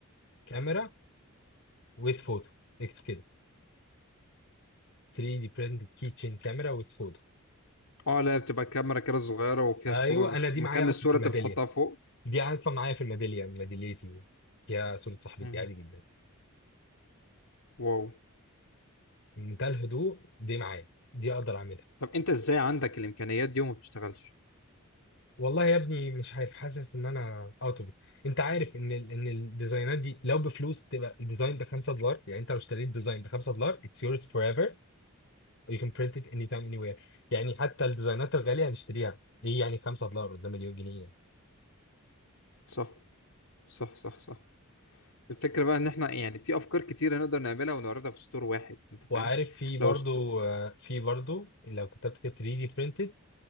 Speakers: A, on the left (about 55°); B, on the left (about 85°).
A: كاميرا with photo اكتب كده 3D printed keychain كاميرا with photo
B: اه لا بتبقى كاميرا كده صغيرة وفيها
A: ايوه
B: صورة
A: انا دي
B: مكان
A: معايا اصلا
B: الصورة
A: في الميداليه
B: انت بتحطها فوق
A: دي اصلا معايا في الميداليه ميداليتي فيها صوره صاحبتي
B: مم.
A: عادي جدا
B: واو
A: منتهى الهدوء دي معايا دي اقدر اعملها
B: طب انت ازاي عندك الامكانيات دي وما بتشتغلش
A: والله يا ابني مش عارف حاسس ان انا اوت اوف انت عارف ان ال... ان الديزاينات دي لو بفلوس تبقى الديزاين ب 5 دولار يعني انت لو اشتريت ديزاين ب 5 دولار it's yours forever you can print it anytime anywhere يعني حتى الديزاينات الغاليه هنشتريها ايه يعني 5 دولار قدام مليون جنيه يعني
B: صح صح صح صح الفكرة بقى ان احنا يعني في افكار كتيرة نقدر نعملها ونعرضها في ستور واحد انت فاهم
A: وعارف في برضو
B: لو است...
A: آه، في برضو لو كتبت كده 3D printed